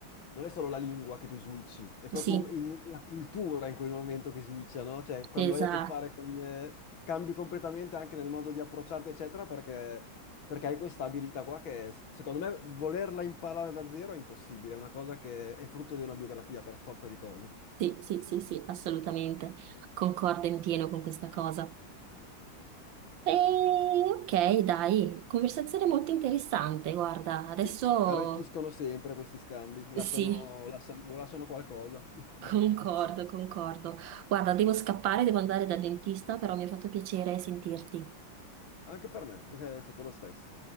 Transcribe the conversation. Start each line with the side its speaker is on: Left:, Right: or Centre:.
Left: non è solo la lingua che tu switchi, è proprio
Right: sì,
Left: un- il- la cultura in quel momento che switcha, no? Cioè, quando
Right: esatto.
Left: hai a che fare con... eh, cambi completamente anche nel modo di approcciarti, eccetera, perché, perché hai questa abilità qua che, s- secondo me, volerla imparare da zero è impossibile, è una cosa che è frutto di una biografia per forza di cose.
Right: Sì, sì, sì, sì, assolutamente. Concordo in pieno con questa cosa. E, ok, dai, conversazione molto interessante. Guarda, adesso
Left: Sì, arricchiscono sempre questi scambi, lasciano,
Right: sì,
Left: lasciano- lasciano qualcosa.
Right: concordo,
Left: <laughs>
Right: concordo. Guarda, devo scappare, devo andare dal dentista, però mi ha fatto piacere sentirti.
Left: Anche per me è stato lo stesso.